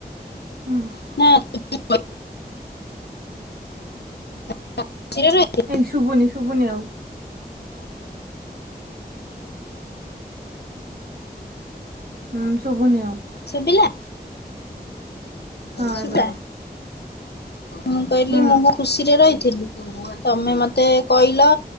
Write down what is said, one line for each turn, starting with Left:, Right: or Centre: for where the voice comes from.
Right: ହୁଁ।
Left: ନାଁ। <unintelligible> <unintelligible>
Right: ଏଇ ଶୁଭୁନି ଶୁଭୁନି ଆଉ। ହୁଁ ଶୁଭୁନି ଆଉ।
Left: ଶୁଭିଲା
Right: ହଁ
Left: ସୁବା।
Right: ଏବେ କହ
Left: ମୁଁ କହିଲି
Right: ହୁଁ
Left: ମୁଁ ମୋ ଖୁସିରେ ରହିଥିଲି। ତମେ ମତେ କହିଲ